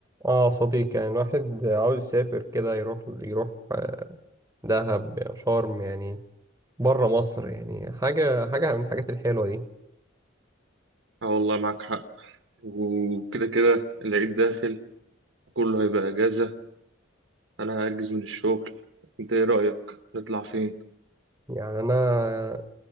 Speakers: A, on the right; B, on the right.
A: اه صديق يعني الواحد عاوز يسافر كده يروح يروح دهب شرم يعني بره مصر يعني حاجة حاجة من الحاجات الحلوة دي
B: اه والله معاك حق وكده كده العيد داخل كله هيبقى اجازة انا هاجز من الشغل انت ايه رأيك نطلع فين
A: يعني أنا